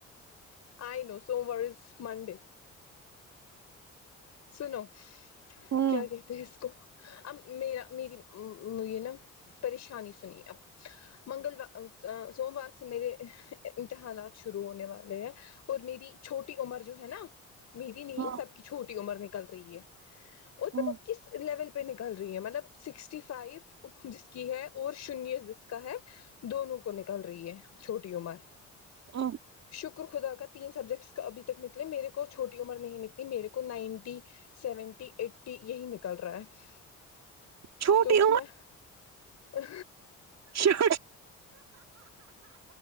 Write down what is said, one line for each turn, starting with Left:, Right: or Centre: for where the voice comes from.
Left: I know سووموار از منڈے سنو
Right: ہوں
Left: کیا کہتے ہیں اس کو اب ما میری یہ نا پریشانی سنیے آپ منگلوار ا سوموار سے میرے ہ امتحانات شروع ہونے والے ہیں اور میری چھوٹی عمر جو ہے نا میری نہیں
Right: ہوں
Left: سب کی چھوٹی عمر نکل رہی ہے اور
Right: ہو
Left: پتا کس لیول پہ نکل رہی ہیں مطلب سکسٹی فائیو جس کی ہے اور شنیہ جس کا ہے دونوں کو نکل رہی ہے چھوٹی عمر
Right: ہ
Left: شکر خدا کا تین سبجیکٹس ابھی تک نکلے میرے کو چھوٹی عمر نہیں نکلی میرے کو نائنٹی سیونٹی ایٹی یہی نکل رہا ہے
Right: چھوٹی
Left: تو میں اہ
Right: شاوٹ